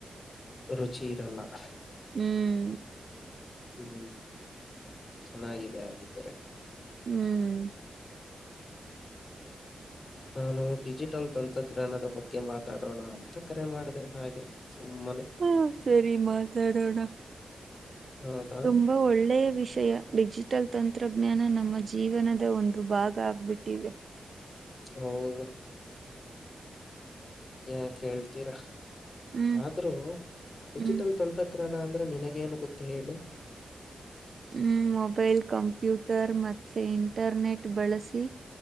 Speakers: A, on the left; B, on the right.
A: ರುಚಿ ಇರಲ್ಲಾ
B: ಹುಂ
A: ಹುಂ ಚೆನ್ನಾಗಿದೆ ಆಗಿದ್ದಾರೆ
B: ಹುಂ
A: ನಾನು ಡಿಜಿಟಲ್ ತಂತ್ರಜ್ಞಾನದ ಬಗ್ಗೆ ಮಾತಾಡೋಣ ಅಂತ ಕರೆ ಮಾಡಿದೆ ಹಾಗೆ ಸುಮನೆ
B: ಹಾ ಸರಿ ಮಾತಾಡೋಣಾ
A: ಹೌದಾ
B: ತುಂಬಾ ಒಳ್ಳೆಯ ವಿಷಯ ಡಿಜಿಟಲ್ ತಂತ್ರಜ್ಞಾನ ನಮ್ಮ ಜೀವನದ ಒಂದು ಭಾಗ ಆಗ್ಬಿಟ್ಟಿದೆ
A: ಹೌದು ಯಾಕ ಕೇಳ್ತೀರಾ
B: ಹ್ಮ್
A: ಆದ್ರೂ ಡಿಜಿಟಲ್
B: ಹ್ಮ್
A: ತಂ ತಂತ್ರಜ್ಞಾನ ಅಂದ್ರೆ ನಿನಗ ಏನ್ ಗೊತ್ತ ಹೇಳು
B: ಹುಂ ಮೊಬೈಲ್, ಕಂಪ್ಯೂಟರ್ ಮತ್ತೆ ಇಂಟರ್ನೆಟ್ ಬಳಸಿ.